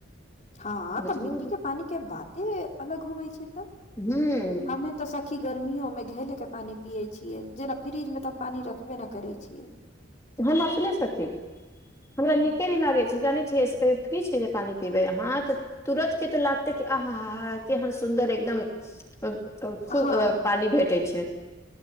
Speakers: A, on the left; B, on the left.
A: हँ
B: बुझलहु
A: तऽ मिट्टी के पानी के बाते अलग होवे छै तऽ
B: हुॅं
A: हमे तऽ सखी गर्मियो मे घैले के पानि पियै छियै जेना फ्रिज मे तऽ हम पानि रखबे न करै छियै
B: हम अपने सखी हमरा
A: हूँ
B: नीके नै लागे छै जानै छी <unintelligible> फ्रिज के पानि पीबै अहाँ तऽ तुरत के तऽ लागतै कि आहाहा केहन सुन्दर एकदम <unintelligible> खूब
A: हँ
B: पानी भेटै छै